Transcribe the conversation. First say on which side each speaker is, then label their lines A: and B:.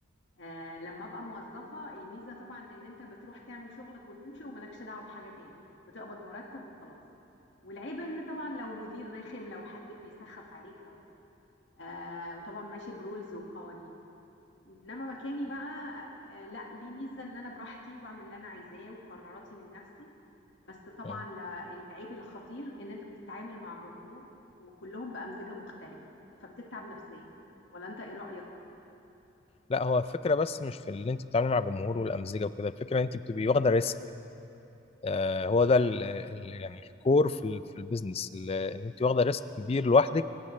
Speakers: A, on the left (about 65°); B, on the left (about 30°).
A: آه لما ابقى موظفة الميزة طبعا ان انت بتروح تعمل شغلك وتمشي وملكش دعوة بحاجة تاني بتقبض مرتب وخلاص والعيب ان طبعا لو مدير رخم لو حد بيسخف عليك او كده آه وطبعا ماشي برولز وقوانين انما مكاني بقى آه لا ليه ميزة ان انا براحتي وبعمل اللي انا عايزاه وقراراتي من نفسي بس طبعا
B: مم.
A: لا- العيب الخطير ان انت بتتعامل مع جمهور وكلهم بأمزجة مختلفة فبتتعب نفسيا ولا انت ايه رأيك؟
B: لا هو الفكرة بس مش في اللي انت بتتعاملي مع الجمهور والأمزجة وكده الفكرة ان انت بتبقي واخدة ريسك آه هو ده ال ال يعني الكور في ال- في البيزنس ال- ان انت واخدة ريسك كبير لوحدك